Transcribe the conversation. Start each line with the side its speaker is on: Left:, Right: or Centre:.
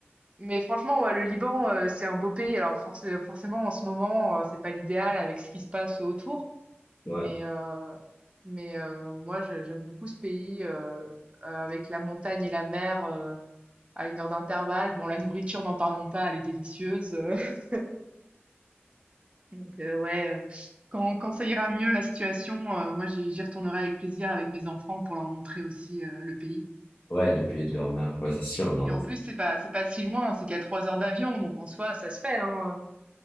Right: mais franchement, ouais, le Liban, heu, c'est un beau pays. Alors force forcément, en ce moment, heu, c'est pas l'idéal avec ce qui se passe autour,
Left: <laughs> Ouais,
Right: mais heu, mais heu, moi, je j'aime beaucoup ce pays, heu, avec la montagne et la mer, heu, à une heure d'intervalle. Bon, la nourriture, n'en parlons pas, elle est délicieuse. <laughs> Donc euh, ouais, euh, quand, quand ça ira mieux la situation, euh, moi j'y j'y retournerai avec plaisir avec mes enfants pour leur montrer aussi euh, le pays.
Left: ouais, le pays de leur mère. Ouais, c'est sûr. Non,
Right: Et
Left: non.
Right: en plus c'est pas c'est pas si loin, c'est qu'à trois heures d'avion, donc en soi ça se fait, hein.